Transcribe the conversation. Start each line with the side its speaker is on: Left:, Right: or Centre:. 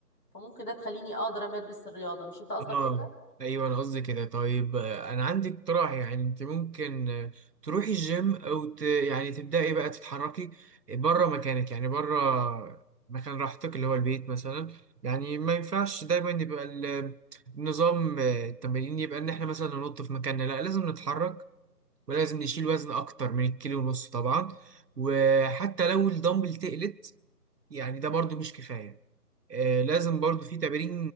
Left: فممكن ده تخليني اقدر امارس الرياضة مش انت قصدك
Right: اه
Left: كده
Right: ايوه انا قصدي كده طيب آه، انا عندي اقتراح يعني انت ممكن آه، تروحي الجيم او ت... يعني تبداي بقى تتحركي بره مكانك يعني بره مكان راحتك اللي هو البيت مثلا يعني ما ينفعش دايما يبقى ال- النظام آه، التمرين يبقى ان احنا مثلا ننط في مكاننا لا لازم نتحرك ولازم نشيل وزن اكتر من الكيلو ونص طبعا وحتى لو الدمبل تقلت يعني ده برضو مش كفاية آه، لازم برضو في تمارين